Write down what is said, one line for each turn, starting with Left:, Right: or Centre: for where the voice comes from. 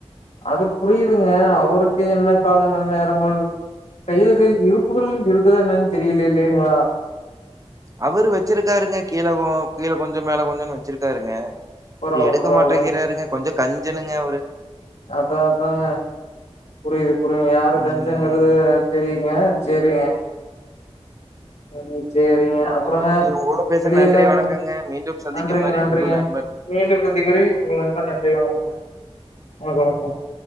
Left: அது புரியுதுங்க அவருக்கு என்ன காலங்கள் நேரங்கள் கையில கையில் இருப்புகள் இருக்குதா என்னன் தெரியில இல்லைங்களா
Right: அவுரு வெச்சிருக்காருங்க கீழ கொ கீழ கொஞ்சோ மேல கொஞ்சொன்னு வெச்சிருக்காருங்க
Left: பரவால்ல
Right: ரு எடுக்க
Left: பரவால்லைங்க
Right: மாட்டேங்கிறாருங்க கொஞ்சோ கஞ்சணுங்க அவுரு
Left: அப்பாபங்க புரியுது புரியுது யாரு
Right: ம்
Left: கஞ்சங்க அது தெரியுங்க சேரிங்க <inaudible> சேரிங்க அப்பறோங்க
Right: இன்னைக்கு உங்களோட பேசுன
Left: வெளியெல்லா
Right: நன்றி
Left: எங்யு
Right: வணக்கங்க மீண்டும் சந்திக்கும்
Left: நன்றிங்க
Right: வரை
Left: நன்றிங்க
Right: உங்கள் நண்பன்
Left: மீண்டும் சந்திகிறே உங்கள் நண்பன் நன்றி வணக்கங்க வணக்கோ வணக்கோ